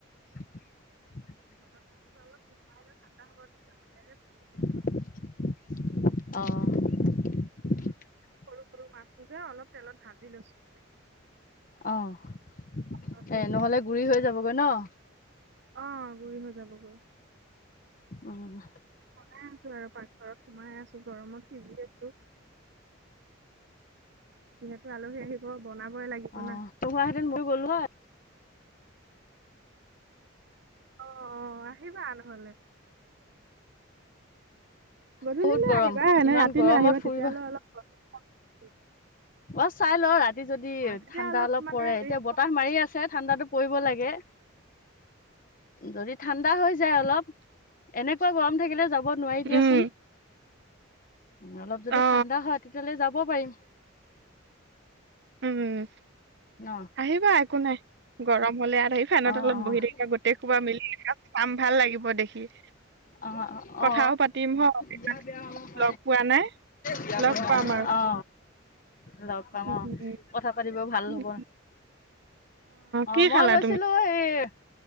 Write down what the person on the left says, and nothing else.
<unintelligible>
অঁ <unintelligible>
অঁ, এ
নহ'লে গুৰি হৈ যাবগৈ ন'?
অঁহ্‌
অঁ,
তই কোৱাহেঁতেন মইও গ'লো হ'য়?
বহুত গৰম,
ইমান
গৰমত
ফুৰিব
অঁহ্‌ চাই লওঁ ৰা ৰাতি যদি
ঠাণ্ডা অলপ
পৰে।
এতিয়া বতাহ
মাৰি আছে ঠাণ্ডাটো পৰিব লাগে। যদি ঠাণ্ডা হৈ যায় অলপ। এনেকুৱা গৰম থাকিলে যাব ক'ব নোৱাৰি দিয়াচোন-
উ অলপ যদি
ঠাণ্ডা হয় তেতিয়াহ'লে যাব পাৰিম-
ন?
অ', অ',
অ
অ
বিয়া বিয়া হব প
বিয়া
অ- <unintelligible>
অ লগ পাম-
কথা পাতিব ভাল
হব অ
মই
গৈছিলোঁ
এই-